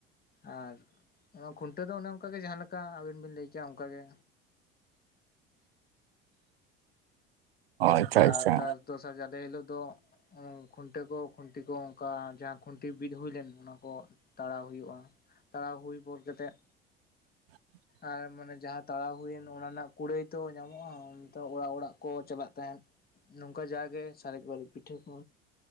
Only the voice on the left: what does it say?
ᱟᱨ ᱚᱱᱟ ᱠᱷᱩᱱᱴᱟᱹᱣ ᱫᱚ ᱚᱱᱮ ᱚᱱᱠᱟ ᱜᱮ ᱡᱟᱦᱟᱸ ᱞᱮᱠᱟ ᱟᱹᱵᱤᱱ ᱵᱤᱱ ᱞᱟᱹᱭ ᱠᱮᱭᱟ ᱚᱱᱠᱟ ᱜᱮ
ᱟᱨ
ᱛᱟᱨ ᱫᱚᱥᱟᱨ ᱡᱟᱞᱮ ᱦᱤᱞᱳᱜ ᱫᱚ ᱠᱷᱩᱱᱴᱟᱹ ᱠᱚ ᱠᱷᱩᱱᱴᱤ ᱠᱚ ᱚᱱᱠᱟ ᱡᱟᱦᱟᱸ ᱠᱷᱩᱱᱴᱤ ᱵᱤᱫ ᱦᱩᱭ ᱞᱮᱱ ᱚᱱᱟ ᱠᱚ ᱛᱟᱲᱟᱣ ᱦᱩᱭᱩᱜ-ᱟ ᱛᱟᱲᱟᱣ ᱦᱩᱭ ᱯᱚᱨ ᱛᱮᱫ
ᱟᱨ ᱢᱟᱱᱮ ᱡᱟᱦᱟᱸ ᱛᱟᱲᱟᱣ ᱦᱩᱭᱮᱱ ᱚᱱᱟ ᱨᱮᱱᱟᱜ ᱠᱩᱲᱟᱹᱭ ᱛᱚ ᱧᱟᱢᱚᱜ-ᱟ ᱚᱱ ᱚᱲᱟᱜ ᱚᱲᱟᱜ ᱠᱚ ᱪᱟᱞᱟᱜᱼᱼ <unintelligible> ᱱᱚᱝᱠᱟ ᱡᱟᱜᱮ ᱥᱟᱨᱮᱡ ᱵᱟᱨᱮᱡ ᱯᱤᱴᱷᱟᱹ ᱠᱚ